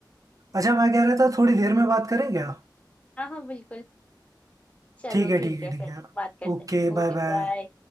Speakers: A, on the right (about 45°); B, on the left (about 15°).
A: अच्छा मैं कह रहा था थोड़ी देर में बात करें क्या
B: हाँ हाँ बिल्कुल चलो
A: ठीक है
B: ठीक
A: ठीक है
B: है
A: ठीक
B: फिर
A: है
B: बात करते
A: Okay
B: हैं ओके
A: bye bye
B: बाय